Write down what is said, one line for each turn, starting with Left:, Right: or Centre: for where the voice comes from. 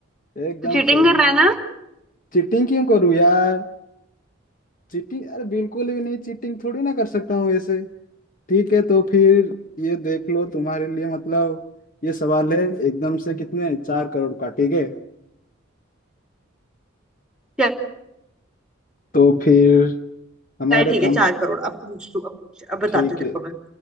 Left: एकदम
Centre: तो चीटिंग
Left: सही
Centre: कर रहा है ना
Left: चीटिंग क्यों करूं यार चीटिंग अरे बिल्कुल भी नहीं चीटिंग थोड़ी ना कर सकता हूँ ऐसे ठीक है तो फिर ये देख लो तुम्हारे लिए मतलब ये सवाल है एकदम से कितने चार करोड़ का ठीक है
Centre: चल
Left: तो फिर हमारे
Centre: चल, ठीक है
Left: कंपनी
Centre: चार करोड़ अब पूछ तू अब पूछ अब बताती
Left: ठीक
Centre: हूँ तेरे
Left: है
Centre: को मैं